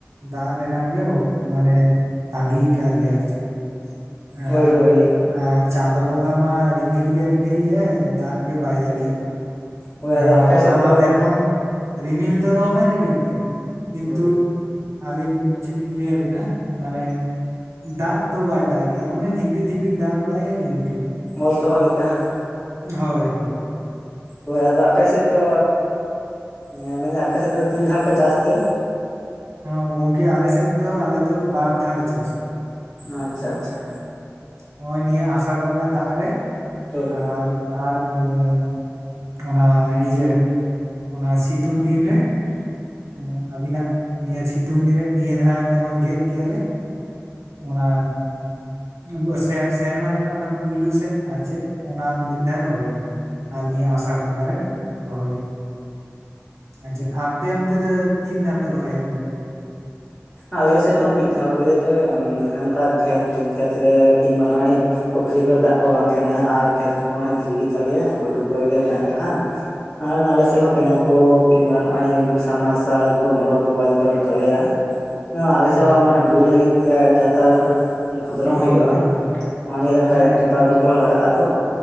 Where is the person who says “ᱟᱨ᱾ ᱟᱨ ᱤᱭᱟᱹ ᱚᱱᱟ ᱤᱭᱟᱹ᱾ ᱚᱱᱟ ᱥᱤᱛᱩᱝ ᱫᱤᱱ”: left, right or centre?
Right